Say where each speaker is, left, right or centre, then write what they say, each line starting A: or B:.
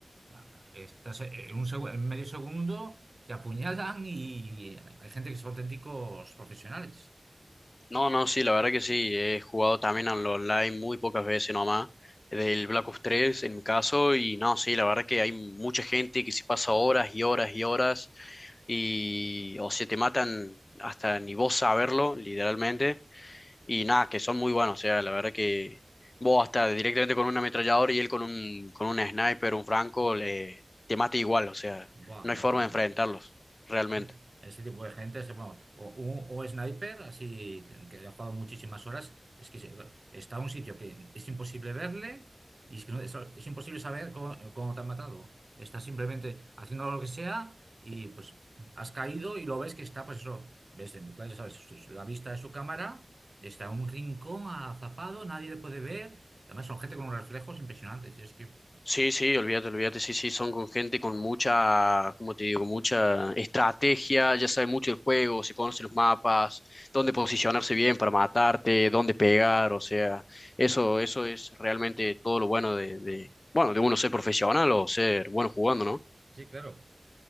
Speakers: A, on the right; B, on the left.
A: ah, estás eh, en un segu- en medio segundo, te apuñalan y hay gente que son auténticos profesionales.
B: No, no, sí, la verdad que sí. He jugado también al online muy pocas veces nomás. Del Black Ops 3 en mi caso. Y no, sí, la verdad que hay mucha gente que se pasa horas y horas y horas. Y o se te matan hasta ni vos saberlo, literalmente. Y nada, que son muy buenos, o sea, la verdad que vos hasta directamente con un ametrallador y él con un, con un sniper, un franco, le, te mata igual, o sea,
A: no,
B: no hay forma
A: bueno.
B: de enfrentarlos, realmente.
A: Sí. Ese tipo de gente es bueno, o, o- o sniper, así que ha jugado muchísimas horas, es que se- está en un sitio que es imposible verle y es que no- es, es imposible saber cómo, cómo te han matado. Estás simplemente haciendo lo que sea y pues has caído y lo ves que está, pues eso, ves, en- claro, ya sabes, su- su- la vista de su cámara, está en un rincón azapado, nadie le puede ver. Además son gente con unos reflejos impresionantes. y es que,
B: Sí, sí, olvídate, olvídate, sí, sí, son con gente con mucha, como te digo, mucha estrategia, ya sabe mucho el juego, se conoce los mapas, dónde posicionarse bien para matarte, dónde pegar, o sea, eso, eso es realmente todo lo bueno de, de, bueno, de uno ser profesional o ser bueno jugando, ¿no?
A: sí, claro.